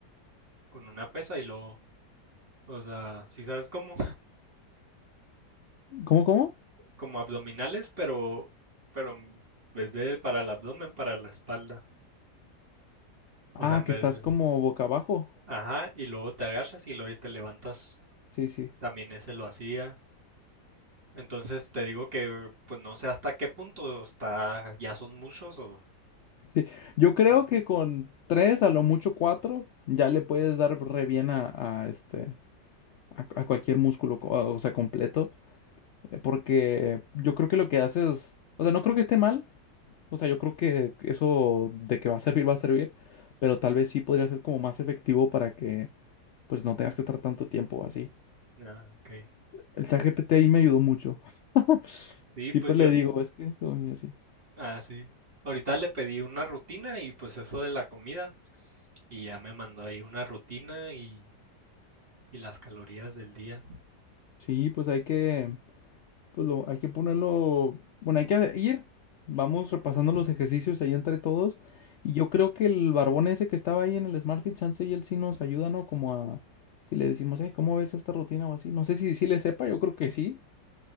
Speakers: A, on the right; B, on the left.
A: con una pesa y lo, o sea, si sabes como,
B: ¿Cómo, cómo?
A: <laughs> como abdominales, pero, pero en vez de para el abdomen, para la espalda. O
B: Ah,
A: sea, en
B: que
A: vez
B: estás
A: de-
B: como boca abajo.
A: ajá, y luego te agachas y luego te levantas.
B: Sí, sí.
A: También ese lo hacía. Entonces te digo que, pues no sé hasta qué punto está, ya son muchos o,
B: Sí. Yo creo que con tres, a lo mucho cuatro, ya le puedes dar re bien a, a este. a, a cualquier músculo, co- o sea, completo, eh, porque yo creo que lo que haces, o sea, no creo que esté mal, o sea, yo creo que eso de que va a servir, va a servir, pero tal vez sí podría ser como más efectivo para que, pues, no tengas que estar tanto tiempo así.
A: ah, ok.
B: El ChatGPT ahí me ayudó mucho. <laughs>
A: Sí,
B: Siempre
A: pues yo,
B: le digo, es que esto y así.
A: Ah, sí. Ahorita le pedí una rutina y pues eso de la comida y ya me mandó ahí una rutina y, y las calorías del día.
B: Sí, pues hay que... Pues lo, hay que ponerlo, bueno, hay que ir, vamos repasando los ejercicios ahí entre todos. Y yo creo que el barbón ese que estaba ahí en el SmartFit, chance y él sí nos ayuda, ¿no? Como a, si le decimos, hey, ¿cómo ves esta rutina o así? No sé si sí le sepa, yo creo que sí,